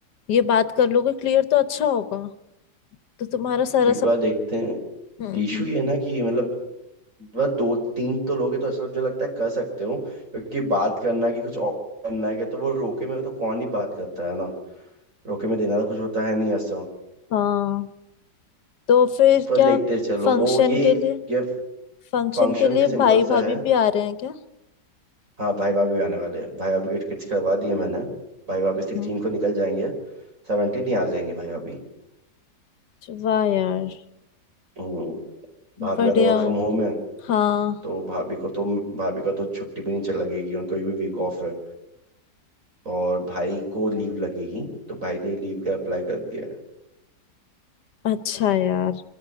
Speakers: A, on the left (about 75°); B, on the right (about 45°).
A: ये बात कर लोगे क्लियर तो अच्छा होगा तो तुम्हारा सारा
B: एक बार
A: सब
B: देखते हैं
A: हम्म
B: इशू
A: हम्म।
B: ये है ना कि मतलब बस दो तीन तो लोग हैं तो ऐसा मुझे लगता है कर सकते हो क्योंकि बात करना कि कुछ और करना है क्या तो वो रोके में तो कौन ही बात करता है ना रोके में देना तो कुछ होता है नहीं ऐसा
A: हाँ तो फिर
B: पर
A: क्या
B: देखते चलो
A: फंक्शन
B: वो ये
A: के लिए
B: ये
A: फंक्शन
B: फंक्शन
A: के लिए
B: के सिंपल
A: भाई
B: सा
A: भाभी
B: है
A: भी आ रहे हैं क्या
B: हाँ भाई भाभी आने वाले हैं भाई भाभी के टिकट्स करवा दिए मैंने भाई भाभी सिक्सटीन
A: हम्म
B: को निकल जाएंगे सेवनटीन ही आ जाएंगे भाई भाभी
A: वाह यार
B: हम्म, भाभी
A: बढ़िया
B: का तो वर्क फ्रॉम होम है
A: हाँ
B: तो भाभी को तो भाभी का तो छुट्टी भी नहीं चल लगेगी उनको भी वीक ऑफ है और भाई को लीव लगेगी तो भाई ने लीव का अप्लाई कर दिया है
A: अच्छा यार